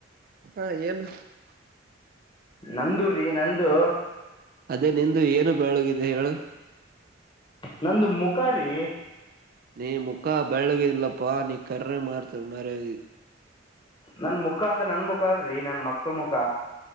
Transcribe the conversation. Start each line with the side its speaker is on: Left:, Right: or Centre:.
Right: ಹಾ ಏನು
Left: ನಂದು ರಿ ನಂದು
Right: ಅದೇ ನಿಂದು ಏನು ಬೆಳ್ಗಿದೆ ಹೇಳು
Left: ನಂದು ಮುಖಾ ರಿ
Right: ನೀ ಮುಖ ಬೆಳ್ಗಿಲ್ಲಪ್ಪಾ ನೀ ಕರ್ರ ಮಾರ್ತ ಮರಿ
Left: ನನ್ ಮುಖ ಅಂದ್ರ ನನ್ ಮುಖ ಅಲ್ರಿ ನನ್ ಮಕ್ಲ್ ಮುಖ